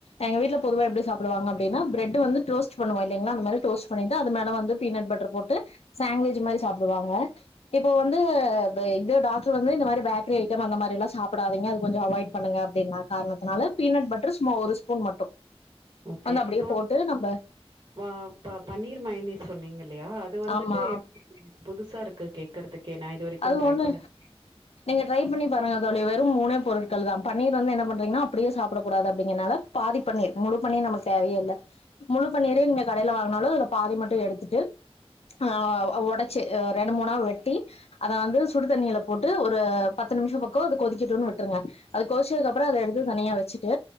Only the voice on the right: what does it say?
ஓகே.
இப்போ
வ ப பன்னீர் மயனைஸ் சொன்னீங்கலயா அது வந்துட்டு
எப்டி புதுசா இருக்கு கேக்குறதுக்கே நா இது வரைக்கு
ட்ரை
பண்ணது